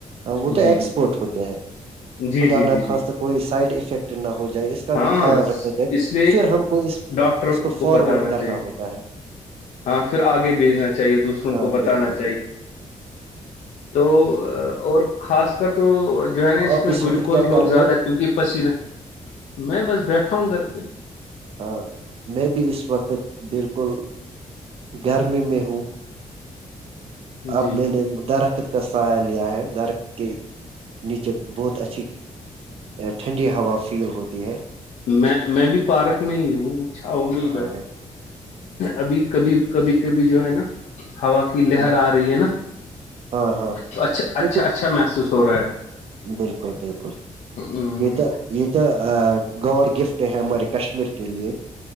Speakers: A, on the right; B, on the left.
A: وہ تو
B: جی
A: ایکسپورٹ ہوتے ہیں
B: جی
A: خدا
B: جی
A: ن
B: جی جی
A: خواست کوئی سائڈ افیکٹ نہ ہو جائے اس کا
B: ہاں
A: بھی خیال رکھنا چاہیے
B: اس لیے
A: پھر ہم کو اس
B: ڈاکٹر
A: اس کو فارورڈ
B: بتانا
A: کرنا
B: چاہیے
A: ہوتا ہے
B: ہاں پھر آگے بھیجنا چاہیے دوسروں
A: ہاں
B: کو بتانا
A: بالکل
B: چے تو اور خاص کر تو جو
A: بالکل
B: ہے نا اس
A: آپ
B: میں گلوکوز
A: وقت کیا کر
B: لوگ
A: رہے
B: زیادہ
A: ہو
B: کیونک پسیینہ میں بس بیٹھا ہوں گھر پہ
A: ہاں میں بھی اس وقت بالکل گرمی میں ہوں
B: جی
A: اب میں نے درخت کا سایہ لیا ہے درخت کے نیچے بہت اچھی ٹھنڈی ہوا فیل ہوتی ہے
B: میں میں بھی پارک میں ہی ہوں چھاؤوں میں ہی بیٹھا
A: ہاں
B: ہ ابھی کبھی کبھی کبھی جو ہے نا ہوا کے لہر
A: ہاں
B: آ رہی ہے نا
A: ہاں ہاں
B: تو اچھا اچھا
A: یہ تو
B: اچھا محسوس ہو رہا ہے
A: بالکل بالکل
B: ہوں،
A: یہی تو یہ تو گاڈ گفٹ ہے ہمارے کشمیر کے لیے